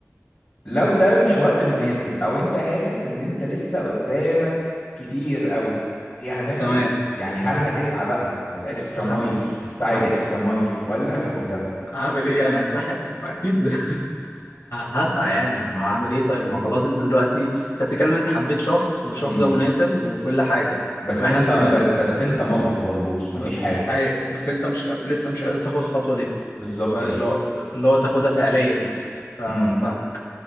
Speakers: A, on the left (about 60°); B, on the left (about 75°).
A: لو ده مش وقت مناسب او انت حاسس ان انت لسه قدامك كتير قوي ايه هتعمل
B: تمام
A: ايه يعني هل هتسعى بقى الاكسترا
B: <laughs>
A: مايل السعي
B: ه-
A: الاكسترا مايل ولا هتاخد جنب
B: هعمل ايه يعني هنتحر اكيد <laughs> ه- هسعى يعني ما هعمل ايه طيب ما هو خلاص انت دلوقتي انت بتتكلم انت حبيت شخص والشخص
A: امم
B: ده مناسب وكل حاجة
A: بس
B: واحنا
A: انت
B: في سننا
A: ب- بس انت ملط بلبوس مفيش
B: بس
A: حاجه
B: ايوه بس انت مش لسه مش قادر تاخد الخطوه دي
A: بالظبط
B: فاللي
A: كده
B: هو اللي هو تاخدها فعليا يعني فا-
A: امم
B: فاهمك